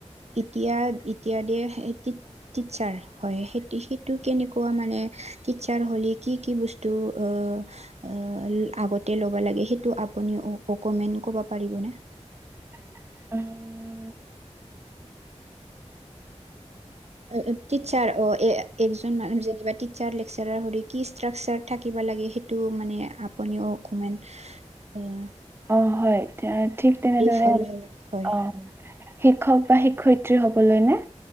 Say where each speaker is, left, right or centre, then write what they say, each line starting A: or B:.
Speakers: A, on the right; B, on the right.
A: এতিয়া -এতিয়া দে ৰ্টিচাৰ হয় সেইটো -সেইটো কেনেকুৱা মানে ৰ্টিচাৰ হ'লে কি -কি বছটো অহ - অহ আগতে ল'ব লাগে সেইটো আপোনি অকমেন কব পাৰিব নে?
B: <inaudible>
A: ৰ্টিচাৰ অ এজন <unintelligible> লেকছাৰ হৈতে কি ষ্ট্ৰিচাতাৰচাৰ থাকিব লাগে সেইটো মানে আপুনিও অকণমান - উম'।
B: অঁ হয়। ঠিক তেনেদৰে
A: ফল
B: অঁ
A: হয় হয়
B: শিক্ষক- বা শিক্ষয়িত্ৰী হ'বলৈ নে?